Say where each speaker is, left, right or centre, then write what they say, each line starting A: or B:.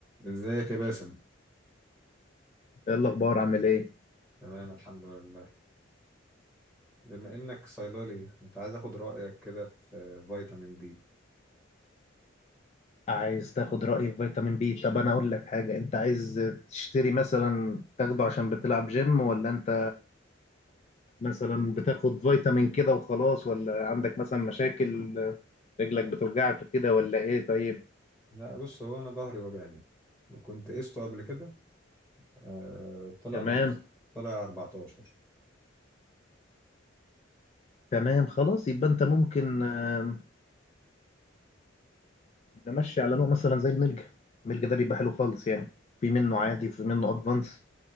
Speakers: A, in the centre; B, on the left.
A: ازيك يا باسم
B: ايه الاخبار عامل ايه
A: تمام الحمد لله بما انك صيدلي كنت عايز اخد رايك كده في فيتامين دي
B: عايز تاخد رايي في فيتامين بي طب انا اقول لك حاجه انت عايز تشتري مثلا تاخده عشان بتلعب جيم ولا انت مثلا بتاخد فيتامين كده وخلاص ولا عندك مثلا مشاكل رجلك بتوجعك وكده ولا ايه طيب
A: لا بص هو انا ظهري وجعني وكنت قسته قبل كده آه طلع
B: تمام
A: ناقص طلع 14
B: تمام خلاص يبقى انت ممكن آه، نمشي على نوع مثلا زي الملجا الملجا ده بيبقى حلو خالص يعني في منه عادي وفي منه ادفانس